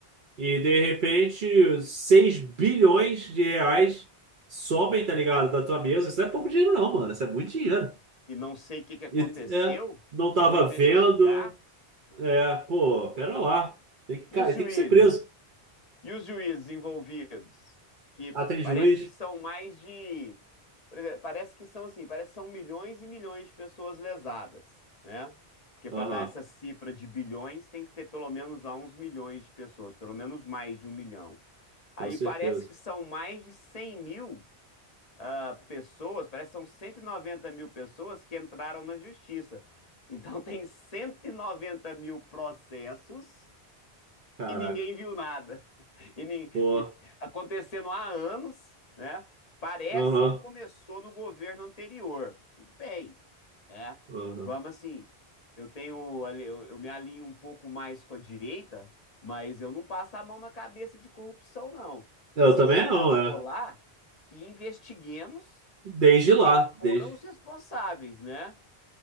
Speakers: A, on the right; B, on the left.
A: E de repente, 6 bilhões de reais sobem, tá ligado? Da tua mesa. Isso não é pouco dinheiro, não, mano. Isso é muito dinheiro.
B: E não sei o que que aconteceu,
A: E é, não tava
B: vou investigar.
A: vendo.
B: É.
A: É, pô, pera lá. Tem que, ca-
B: E os juízes?
A: tem que ser preso.
B: E os juízes envolvidos, que
A: Ah, tem juiz?
B: parece que são mais de, por exemplo, parece que são assim, parece que são milhões e milhões de pessoas lesadas, né? Porque
A: Aham,
B: para dar essa cifra de bilhões tem que ter pelo menos lá uns milhões de pessoas, pelo menos mais de um milhão. Aí
A: com certeza.
B: parece que são mais de 100 mil ah, pessoas, parece que são 190 mil pessoas que entraram na justiça. Então <laughs> tem 190 mil processos
A: Caraca.
B: e ninguém viu nada. E, nin-
A: Pô,
B: e acontecendo há anos, né? Parece
A: aham,
B: que começou no governo anterior. Tudo bem, né?
A: aham.
B: Vamos assim. Eu tenho, ali- eu, eu me alinho um pouco mais com a direita, mas eu não passo a mão na cabeça de corrupção, não.
A: Eu
B: Se
A: também
B: começou
A: não, é.
B: lá, que investiguemos
A: Desde
B: e quem
A: lá,
B: foram
A: desde.
B: os responsáveis, né?